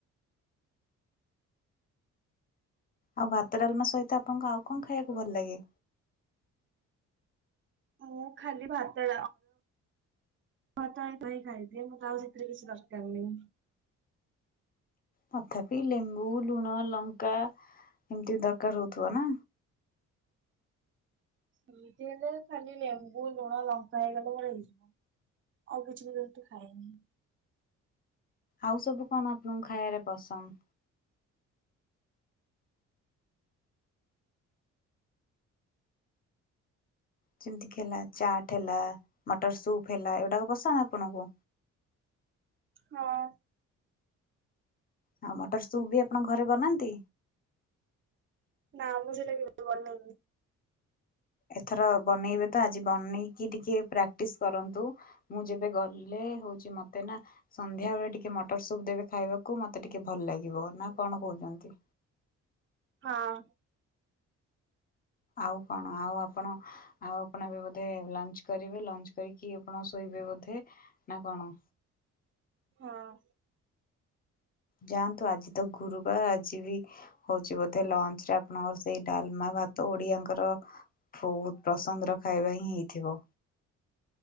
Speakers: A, on the left; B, on the right.
A: ଆଉ ଭାତ ଡାଲମା ସହିତ ଆପଣଙ୍କୁ ଆଉ କଣ ଖାଇବାକୁ ଭଲ ଲାଗେ।
B: ମୁଁ ଖାଲି ଭାତ ଭାତିଁ ଖାଇଥାଏ ମୁଁ ତା ଆଉ ସେଥିରେ କିଛି ଦରକାର ନାହି।
A: ତଥାପି ଲେମ୍ବୁ ଲୁଣ ଲଙ୍କା ଏମିତି ଦରକାର ହଉଥିବ ନା
B: ସେଇଥି ହେଲେ ଖାଲି ଲେମ୍ବୁ ଲୁଣ ଲଙ୍କା ହେଇଗଲାର ହେଇଯିବ ଆଉ କିଛି ବିତେ ଖାନି
A: ଆଉ ସବୁ କଣ ଆପଣଙ୍କୁ ଖାଇବାରେ ପସନ୍ଦ ଯେମିତି କି ହେଲା ଚାଟ ହେଲା ମଟର ସୁପ୍ ହେଲା ଏଗୁଡାକ ପସନ୍ଦ ଆପଣଙ୍କୁ
B: ହଁ
A: ଆଉ ମଟର ସୁପ୍ ବି ଆପଣଙ୍କ ଘରେ ବନାନ୍ତି।
B: ନା ଆକୁ ସେଟା କି କନ
A: ଏଥର ବନେଇବେ ତ ଆଜି ବନେଇକି ଟିକେ ପ୍ରାକ୍ଟିସ କରନ୍ତୁ ମୁଁ ଯେବେ ଗଲି ହେଲେ ହଉଛି ମତେ ନା ସନ୍ଧ୍ୟା ବେଳେ ଟିକେ ମଟର ସୁପ ଦେବେ ଖାଇବାକୁ ମତେ ଟିକେ ଭଲ ଲାଗିବ ନା କଣ କହୁଛନ୍ତି।
B: ହଁ
A: ଆଉ କଣ ଆଉ ଆପଣ ଆଉ ଆପଣ ଏବେ ବୋଧେ ଲଞ୍ଚ କରିବେ ଲଞ୍ଚ କରି କି ଆପଣ ଶୋଇବେ ବୋଧେ ନା କଣ
B: ହଁ
A: ଯାଆନ୍ତୁ ଆଜି ତ ଗୁରୁବାର ଆଜି ବି ହଉଛି ବୋଧେ ଲଞ୍ଚ ରେ ଆପଣ ସେଡମା ଭ ତ ଓଡିଆଙ୍କର ବହୁତ ପସନ୍ଦର ଖାଇବା ହିଁ ହେଇଥିବ